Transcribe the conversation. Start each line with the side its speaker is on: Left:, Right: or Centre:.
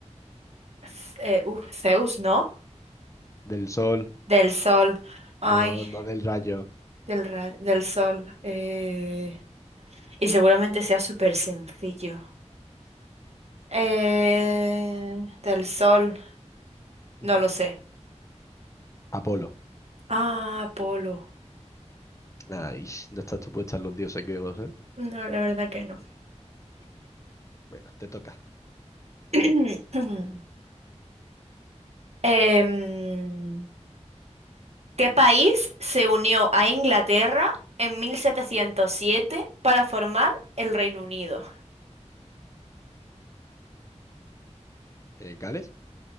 Right: C- eh, uf, Zeus, ¿no?
Left: Del sol,
Right: Del sol. Ay,
Left: no, no del rayo.
Right: del, ra- del sol. Eh, Y seguramente sea súper sencillo. Eh, del sol. No
Left: Ujú.
Right: lo sé.
Left: Apolo.
Right: Ah, polo.
Left: Ay,
Right: Mm.
Left: no estás tú puesta en los dioses griegos, ¿eh?
Right: No, la verdad que no.
Left: Bueno, te toca.
Right: <clears throat> Em, ¿qué país se unió a Inglaterra en 1707 para formar el Reino Unido?
Left: Eh, ¿Gales?